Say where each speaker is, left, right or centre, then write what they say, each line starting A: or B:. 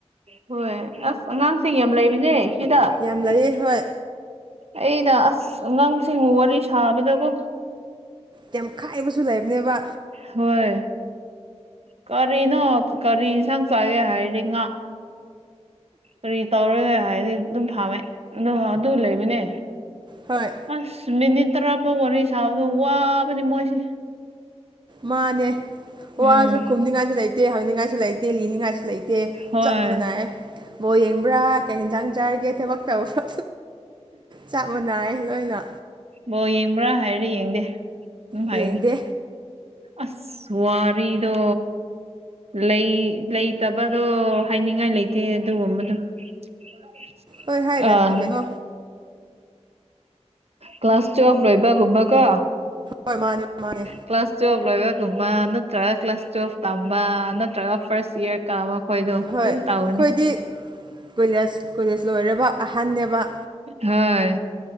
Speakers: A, on the right; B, on the right.
A: ꯍꯣꯏ ꯑꯁ ꯑꯉꯥꯡꯁꯤꯡ ꯌꯥꯝ ꯂꯩꯕꯅꯦ ꯁꯤꯗ
B: ꯌꯥꯝ ꯂꯩꯥꯌꯦ ꯍꯣꯏ
A: ꯑꯩꯅ ꯑꯁ ꯑꯉꯥꯡꯁꯤꯡꯕꯨ ꯋꯥꯔꯤ ꯁꯥꯕꯗꯀꯣ
B: ꯌꯥꯝ ꯈꯥꯏꯕꯁꯨ ꯂꯩꯕꯅꯦꯕ
A: ꯍꯣꯏ ꯀꯔꯤꯅꯣ ꯀꯔꯤ ꯏꯟꯁꯥꯡ ꯆꯥꯒꯦ ꯍꯥꯏꯔꯦ ꯉꯥ ꯀꯔꯤ ꯇꯧꯔꯒꯦ ꯍꯥꯏꯔꯗꯤ ꯑꯗꯨꯝ ꯐꯥꯝꯃꯦ ꯑꯗꯨ ꯑꯗꯨ ꯂꯩꯕꯅꯦ
B: ꯍꯣꯏ
A: ꯑꯁ ꯃꯤꯅꯤꯠ ꯇꯔꯥ ꯐꯥꯎ ꯋꯥꯔꯤ ꯁꯥꯕꯗꯣ ꯋꯥꯕꯅꯦ ꯃꯣꯏꯁꯦ
B: ꯃꯥꯅꯦ
A: ꯎꯝ
B: ꯋꯥꯁꯨ ꯈꯨꯝꯅꯤꯡꯉꯥꯏꯁꯨ ꯂꯩꯇꯦ ꯍꯪꯅꯤꯡꯉꯥꯏꯁꯨ ꯂꯩꯇꯦ ꯂꯤꯅꯤꯡꯉꯥꯏꯁꯨ ꯂꯩ ꯇꯦ
A: ꯍꯣꯏ
B: ꯆꯞ ꯃꯥꯟꯅꯥꯏꯌꯦ ꯕꯣꯜ ꯌꯦꯡꯕ꯭ꯔꯥ ꯀꯩ ꯍꯦꯟꯖꯥꯡ ꯆꯥꯔꯒꯦ ꯊꯕꯛ ꯇꯧꯕ꯭ꯔ ꯆꯥꯞ ꯃꯅꯥꯏ ꯂꯣꯏꯅ
A: ꯕꯣꯜ ꯌꯦꯡꯕ꯭ꯔꯥ ꯍꯥꯏꯔꯗꯤ ꯌꯦꯡꯗꯦ ꯑꯗꯨꯝ
B: ꯌꯦꯡꯗꯦ
A: ꯍꯥꯏꯌꯦ ꯑꯁ ꯋꯥꯔꯤꯗꯣ ꯂꯩ ꯂꯩꯇꯕꯔꯣ ꯍꯥꯏꯅꯤꯡꯉꯥꯏ ꯂꯩꯇꯦ ꯑꯗꯨꯒꯨꯝꯕꯗꯣ <unintelligible>
B: ꯍꯣꯏ ꯍꯥꯏꯗ꯭ꯔꯁꯨ
A: ꯑꯥ
B: ꯀꯩꯅꯣ
A: ꯀ꯭ꯂꯥꯁ ꯇꯨꯋꯦꯜꯚ ꯂꯣꯏꯕꯒꯨꯝꯕꯀꯣ
B: ꯍꯣꯏ ꯃꯥꯅꯦ ꯃꯥꯅꯦ
A: ꯀ꯭ꯂꯥꯁ ꯇꯨꯋꯦꯜꯚ ꯂꯣꯏꯕꯒꯨꯝꯕ ꯅꯠꯇ꯭ꯔꯒ ꯀ꯭ꯂꯥꯁ ꯇꯨꯋꯦꯜꯚ ꯇꯝꯕ ꯅꯠꯇ꯭ꯔꯒ ꯐꯥꯔꯁ ꯏꯌꯥꯔ ꯀꯥꯕ ꯍꯣꯏꯗꯣ
B: ꯍꯣꯏ
A: ꯑꯗꯨꯝ
B: ꯑꯩꯈꯣꯏꯗꯤ
A: ꯇꯥꯎꯕꯅꯤ
B: ꯀꯣꯏꯂꯦꯖ ꯀꯣꯏꯂꯦꯖ ꯂꯣꯏꯔꯕ ꯑꯍꯟꯅꯦꯕ
A: ꯍꯣꯏ